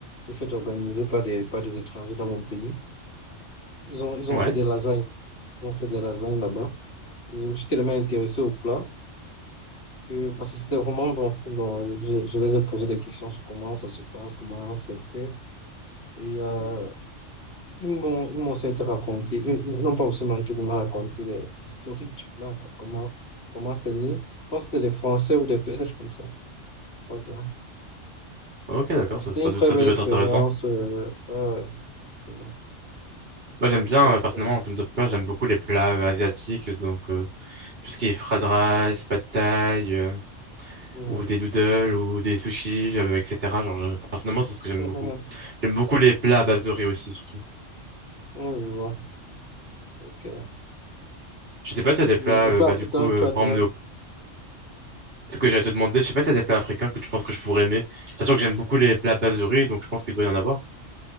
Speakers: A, on the left (about 60°); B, on the right (about 50°).
A: une fête organisée par des, par des étrangers dans mon pays, ils ont, ils
B: Ouais.
A: ont fait des lasagnes. Ils ont fait des lasagnes là-bas. Et je me suis tellement intéressé au plat que, parce que c'était vraiment bon. Donc, je, je les ai posé des questions sur comment ça se passe, comment c'est fait. Et euh, ils m'ont, ils m'ont certes raconté, ils ils n'ont pas aussi manqué de me raconter les- l'historique du plat, quoi. comment, comment c'est né. Je pense que c'était des Français ou des Belges comme ça. Ok.
B: Ok, d'accord,
A: Non, C'était
B: ça, ça,
A: une très
B: ça
A: belle
B: devait
A: expérience.
B: être intéressant.
A: Euh, ouais, vraiment,
B: Moi, j'aime
A: très
B: bien,
A: belle expérience.
B: euh, personnellement, en termes de plats, j'aime beaucoup les plats euh, asiatiques, donc. euh, tout ce qui est fried rice, pad thai, euh,
A: Oui.
B: ou des noodles, ou des sushis, euh, etc. Genre, je- personnellement, c'est ce que j'aime
A: <laughs>
B: beaucoup. J'aime beaucoup les plats à base de riz aussi, surtout.
A: Oui, je vois. Ok. Et
B: Je sais pas si t'as des
A: les
B: plats, euh,
A: plats
B: bah,
A: africains,
B: du coup, euh,
A: tu as
B: par
A: déjà.
B: exemple, ce que j'allais te demander, je sais pas si t'as des plats africains que tu penses que je pourrais aimer. Sachant que j'aime beaucoup les plats à base de riz, donc je pense qu'il doit y en avoir.